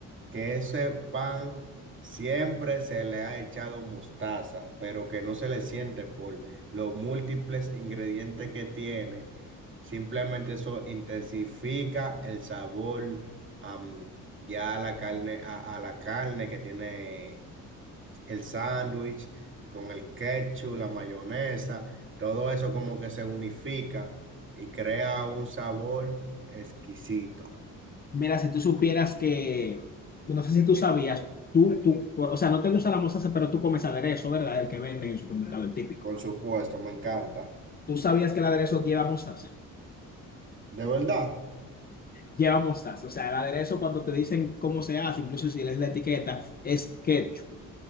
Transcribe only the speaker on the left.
Mira, si tú supieras que, no sé si tú sabías, tú, tú, o sea, no te gusta la mostaza, pero tú comes aderezo, ¿verdad? El que venden en el supermercado, el típico.
¿Tú sabías que el aderezo lleva mostaza?
Lleva mostaza. O sea, el aderezo cuando te dicen cómo se hace, incluso si lees la etiqueta, es ketchup,